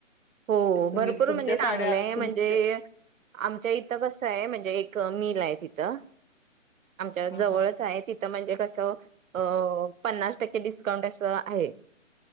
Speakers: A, on the right; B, on the left.
A: हो
B: तुम्ही
A: भरपूर
B: तुमच्या
A: म्हणजे
B: साड्या
A: चांगलंय
B: तुमच्या
A: म्हणजे आमच्या इथं कसं आहे म्हणजे एक मिल आहे तिथं आमच्या
B: हा
A: जवळच
B: हा
A: आहे तिथं म्हणजे कसं अ पन्नास टक्के डिस्काउंट असं आहे